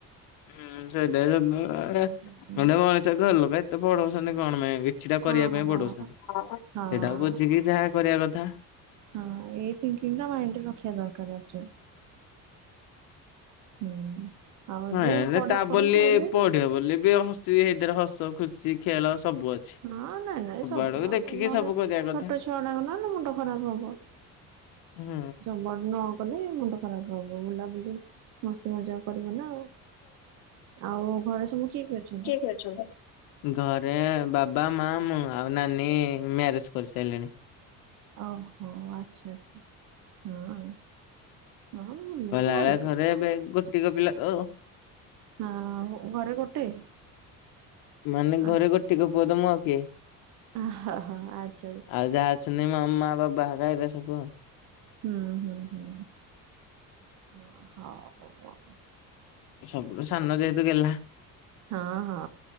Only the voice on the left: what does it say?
ହୁଁ ସେଟଆ <inaudible>
ଗୋଟେ ମଣିଷକୁ ଘର ଲୋକ ଏତେ ପଢ଼ୋଉଛନ୍ତି କଣ ପାଇଁ କି। ସେଟା
କରିବା ପାଇଁ ପଢ଼ଉଛନ୍ତି
ସେଟା ବୁଝିକି ଯାହା କରିବା କଥା।
ନାଇଁ
ତା ବୋଲି
ପଢିବ ବୋଲି ବି ସେଇଥିରେ ହସ ଖୁସି ଖେଳ ସବୁ ଅଛି।
ଆଡକୁ
ଦେଖିକି ସବୁ କରିବା କଥା
ହୁଁ।
କିଏ ଅଛନ୍ତି। ଘରେ ବାବା ମା ମୁଁ ଆଉ ନାନୀ ମ୍ୟାରେଜ କରିସାରିଲେଣି।
କହିଲା
ଭଳିଆ ଘରେ
ଏବେ ଗୋଟିକ ପିଲା ତଉ।
ମାନେ ଘରେ
ଗୋଟିକ ପୁଅ ତ ମୁଁ ଆଉ କିଏ
ଆଉ ଯାହା। ଅଛନ୍ତି ମାମା ବାବା ହେକା ଏରା ସବୁ ଆଉ।
ସବୁୁଠୁ ସାନ ଯେହେତୁ ଗେଲ୍ହା।